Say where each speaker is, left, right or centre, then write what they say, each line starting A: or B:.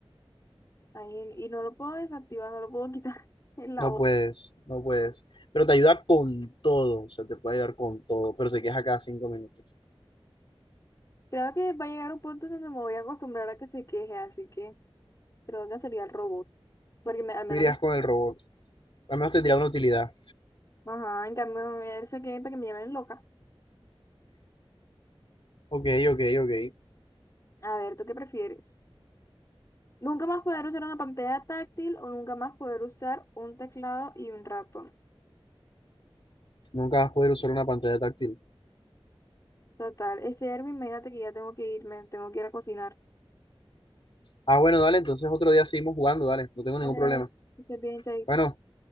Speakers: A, on the left; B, on the left.
A: ahí, y no lo puedo desactivar, no lo puedo quitar <laughs> en la
B: No
A: voz.
B: puedes, no puedes. Pero te ayuda con todo, o sea, te puede ayudar con todo, pero se queja cada cinco minutos.
A: Creo que va a llegar un punto donde me voy a acostumbrar a que se queje, así que creo que sería el robot, porque me- al menos
B: Tú irías
A: me...
B: con el robot, al menos tendría una utilidad.
A: Ajá, en cambio, él se queje para que me llamen loca.
B: Ok, ok, ok.
A: A ver, ¿tú qué prefieres? Nunca más poder usar una pantalla táctil o nunca más poder usar un teclado y un ratón.
B: Nunca vas a poder usar una pantalla táctil.
A: Total. Este Erwin, imagínate que ya tengo que irme, tengo que ir a cocinar.
B: Ah, bueno, dale, entonces otro día seguimos jugando, dale, no tengo
A: Vale,
B: ningún problema.
A: Que Estés bien, chaito.
B: Bueno,